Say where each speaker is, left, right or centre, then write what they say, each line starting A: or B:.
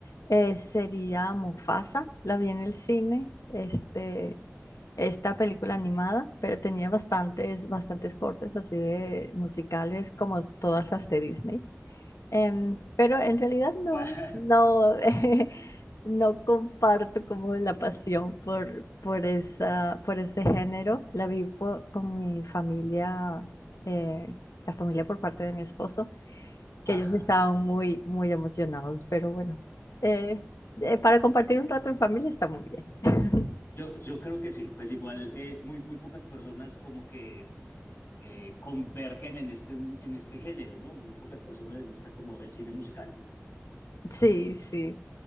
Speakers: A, on the left (about 80°); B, on the left (about 50°).
A: eh, sería Mufasa. La vi en el cine, este, esta película animada, pero tenía bastantes, bastantes cortes así de musicales como todas las de Disney. Em, pero en realidad no,
B: <laughs>
A: no, <laughs> eh, no comparto como la pasión por, por esa, por ese género. La vi po- con mi familia, eh, la familia por parte de mi esposo, que
B: Ajá.
A: ellos estaban muy, muy emocionados, pero bueno, eh, eh, para compartir un rato en familia está muy bien. <laughs>
B: Yo, yo creo que sí, pues igual eh, muy, muy pocas personas como que eh, convergen en este, en este género, ¿no? Muy pocas personas les gusta como el cine musical.
A: Sí, sí.